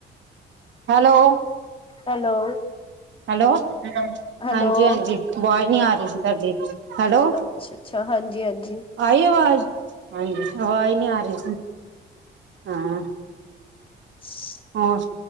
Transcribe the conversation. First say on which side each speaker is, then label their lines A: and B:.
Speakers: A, on the right; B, on the left.
A: hello.
B: hello
A: Hello,
B: hello
A: ਹਾਂਜੀ, ਹਾਂਜੀ ਅਵਾਜ਼ ਨਹੀਂ ਆ ਰਹੀ ਸੀ ਤੁਹਾਡੀ ਹੈਲੋ।
B: ਅੱਛਾ ਅੱਛਾ, ਹਾਂਜੀ ਹਾਂਜੀ।
A: ਆਈ ਅਵਾਜ਼? ਹਾਂਜੀ, ਅਵਾਜ਼ ਨਹੀਂ ਆ ਰਹੀ ਹਾਂ।
B: ਛ ਛ
A: ਹੋਰ,